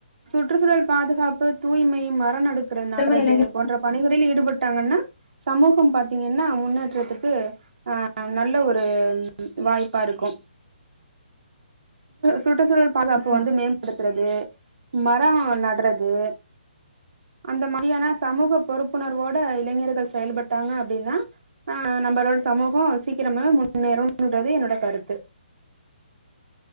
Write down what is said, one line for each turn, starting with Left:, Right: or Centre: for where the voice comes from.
Right: சுற்றுசூழல் பாதுகாப்பு தூய்மையும் மரநடு
Left: எல்லாருமே
Right: நட்றது
Left: இளைஞர்
Right: போன்ற பணிகளில் ஈடுபட்டாங்கன்னா சமூகம் பாத்தீங்கன்னா முன்னேற்றத்துக்கு ஆ நல்ல ஒரு வாய்ப்பா இருக்கு சுற்றுச்சூழல் பாதுகாப்பு
Left: ம்,
Right: வந்து மேம்படுத் துறது மரோ நட்றது அந்த மா ஸ் சமூக பொறுப்புணர்வோட இளைஞர்கள் செயல்பட்டாங்க அப்டின்னா அ நம்மளோட சமூகோ சீக்கிரமே முன்னேறுன்றது என்னோட கருத்து